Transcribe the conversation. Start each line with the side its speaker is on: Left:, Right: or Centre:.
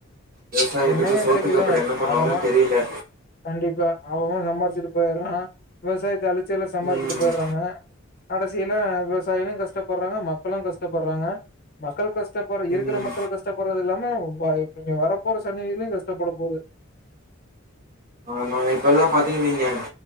Right: விவசாயத்துக்கு
Left: என்னங்க
Right: சோத்துக்கு
Left: கெடைக்குது
Right: அப்படிஎன்ன பண்ணுவாங்கன்
Left: அவவ
Right: தெரியல
Left: கண்டிப்பா அவங்களு சம்பாரிச்சுட்டு போயர்ரா விவசாயத்த அழிச் சம்பாரிச்சுட்டு
Right: ம்
Left: போயற்ராங்க கடைசில விவசா தய்விம் கஷ்டப்பர்றாங்க மக்களு கஷ்டப்பர்றாங்க மக்கள் கஷ்டப்பர் இருக்கிற
Right: ம்
Left: மக்கள் கஷ்ட கஷ்டப்பட்றது இல்லாம வ வரப்போற சன்னதியுமே கஷ்டப்பட போது
Right: ஆமாங்க இப்பல்லா பாத்தீங்கன் வைங்க